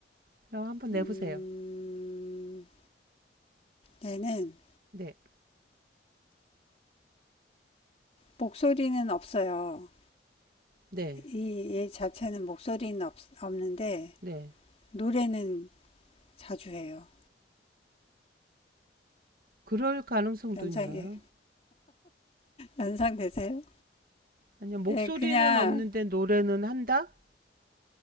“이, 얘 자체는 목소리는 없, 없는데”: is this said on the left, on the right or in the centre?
Left